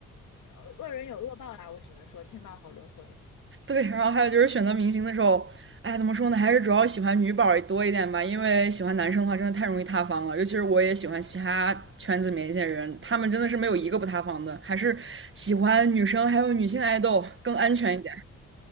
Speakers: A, on the left (about 70°); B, on the right (about 40°).
A: 呃恶人有恶报啦，我只能说天道好轮回。
B: 对，然后还有就是选择明星的时候，哎，怎么说呢？还是主要喜欢女宝儿多一点吧，因为喜欢男生的话，真的太容易塌房了。尤其是我也喜欢其他圈子里面一些人，他们真的是没有一个不塌房的。还是喜欢女生，还有女性爱豆更安全一点。